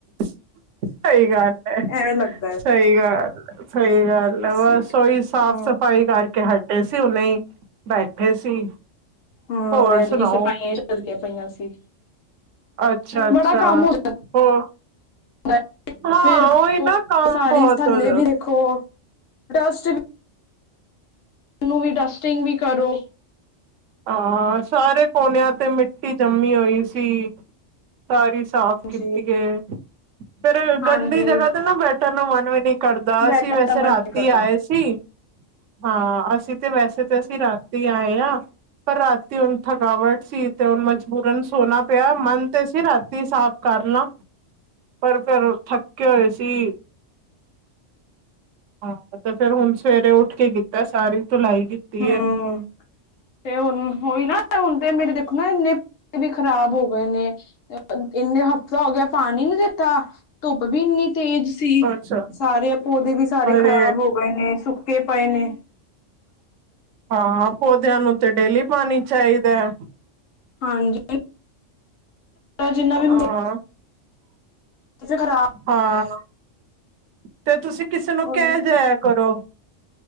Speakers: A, on the right (about 75°); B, on the left (about 85°).
A: ਸਹੀ ਗੱਲ
B: ਐਵੇਂ ਲੱਗਦਾ ਹੈ
A: ਸਹੀ ਗੱਲ, ਸਹੀ ਗੱਲ ਐ,
B: ਅਸੀਂ
A: ਬਸ ਉਹੀ ਸਾਫ਼
B: ਹਮ
A: ਸਫ਼ਾਈ ਕਰਕੇ ਕੇ ਹਟੇ ਸੀ ਹੁਨੇਈ, ਬੈਠੇ ਸੀ
B: ਹਮ,
A: ਹੋਰ
B: ਮੇਰੀ
A: ਸੁਣਾਓ
B: ਵੀ ਸਫਾਈਆਂ ਚੱਲਦੀਆਂ ਪਈਆਂ ਸੀ,
A: ਅੱਛਾ ਅੱਛਾ
B: ਬੜਾ ਕੰਮ ਹੋ
A: ਹੋਰ
B: ਹੈ,
A: ਹਾਂ,
B: ਫਿਰ
A: ਉਈ ਨਾ ਕੰਮ
B: ਸਾਰੀ
A: ਬਹੁਤ
B: ਥੱਲੇ
A: ਹੋ
B: ਵੀ ਦੇਖੋ ਡਸਟ ਵੀ ਨੂੰ ਵੀ ਡਸਟਿੰਗ ਵੀ ਕਰੋ
A: ਹਾਂ, ਸਾਰੇ ਕੋਨਿਆਂ ਤੇ ਮਿੱ ਜੰਮੀ ਹੋਈ ਸੀ, ਸਾਰੀ ਸਾਫ ਕਿਟੀਏ
B: ਜੀ
A: ਫੇਰ
B: ਹਾਂਜੀ
A: ਗੰਦੀ ਜਗਾ ਤੇ ਨਾ, ਬੈਠੇ ਤਨ ਮਨਵੇ ਦੇ <inaudible> ਕਰਦਾ
B: ਬੈਠਣ
A: ਅ ਸੀ ਵੈਸੇ
B: ਦਾ ਮਨ
A: ਰਾਤੀ
B: ਨੀ ਕਰਦਾ
A: ਆਏ ਸੀ ਹਾਂ, ਅਸੀਂ ਤੇ ਵੈਸੇ ਤੇ ਅ <unintelligible> ਅ ਰਾਤੀ ਆਏ ਆ ਪਰ ਰਾਤ <inaudible> ਹੁਣ ਥਕਾਵਟ ਸੀ ਤੇ ਹੁਣ ਮਜਬੂਰਨ ਸੋਨਾ ਪਿਆ ਮਨ ਤੇ ਸੀ ਰਾਤੀ ਸਾਫ਼ ਕਰਨਾ ਪਰ ਫੇਰ ਥੱਕੇ ਹੋਏ ਸੀ ਹਾਂ, ਤੇ ਫੇਰ ਹੁਣ ਸਵੇਰੇ ਉੱਠ ਕੇ ਕੀਤਾ ਸਾਰੀ। ਧੁਲਾਈ ਕੀਤੀ
B: ਹਮ
A: ਹੈ।
B: ਤੇ ਹੁਣ ਹੋਈ ਨਾ ਹੁਣ ਤੇ ਮੇਰੇ ਦੇਖੋ ਨਾ ਇੰਨੇ ਵੀ ਖ਼ਰਾਬ ਹੋ ਗਏ ਨੇ ਇੰਨੇ ਹਫ਼ਤਾ ਹੋ ਗਿਆ। ਪਾਣੀ ਨੀ ਦਿੱਤਾ ਧੁੱਪ ਵੀ ਇੰਨੀ ਤੇਜ਼ ਸੀ
A: ਅੱਛਾ
B: ਸਾਰੇ ਪੌਦੇ ਵੀ ਸਾਰੇ
A: ਅਰੇ
B: ਖ਼ਰਾਬ ਹੋ ਗਏ ਨੇ ਸੁੱਕੇ ਪਏ ਨੇ
A: ਹਾਂ ਪੌਦਿਆਂ ਨੂੰ ਤੇ ਡੇਲੀ ਪਾਣੀ ਚਾਹੀਦਾ ਏ।
B: ਹਾਂਜੀ। ਜਿੰਨਾ ਵੀ ਮ
A: ਹਾਂ
B: ਖਰਾਬ
A: ਹਾਂ ਤੇ ਤੁਸੀਂ ਕਿਸੇ ਨੂੰ
B: ਹੋਈ
A: ਕਹਿ ਜਾਇਆ ਕਰੋ।